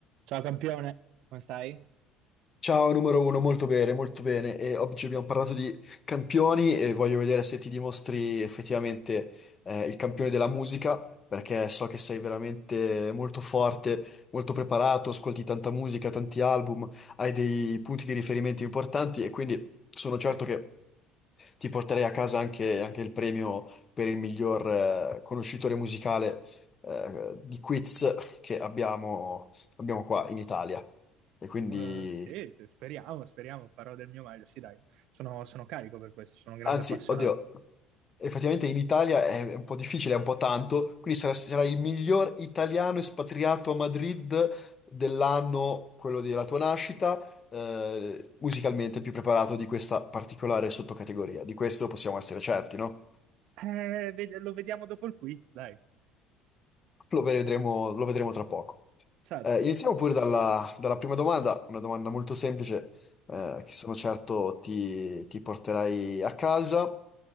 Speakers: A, on the right (about 70°); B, on the left (about 30°).
A: Ciao campione, come stai?
B: Ciao numero uno, molto bene, molto bene. E oggi abbiamo parlato di campioni e voglio vedere se ti dimostri effettivamente eh, il campione della musica, perché so che sei veramente molto forte, molto preparato, ascolti tanta musica, tanti album, hai dei punti di riferimento importanti e quindi sono certo
A: Sì,
B: che ti porterei a casa anche, anche il premio per il miglior eh, conoscitore musicale eh, di quiz che abbiamo abbiamo qua in Italia. E quindi
A: Eh, sì, sì, speriamo, speriamo, farò del mio meglio. Sì, dai, sono, sono carico per questo, sono un grande
B: Anzi,
A: appassionato.
B: oddio, effettivamente in Italia è un po' difficile, è un po' tanto, quindi sarà- sarai il miglior italiano espatriato a Madrid dell'anno, quello della tua nascita, eh, musicalmente il più preparato di questa particolare sottocategoria. Di questo possiamo essere certi, no?
A: Eh, ved- lo vediamo dopo il quiz, dai,
B: Lo vedremo, lo vedremo tra poco.
A: certo.
B: Eh, iniziamo pure dalla, dalla prima domanda, una domanda molto semplice, eh,
A: Ecco,
B: che sono certo ti, ti porterai a casa.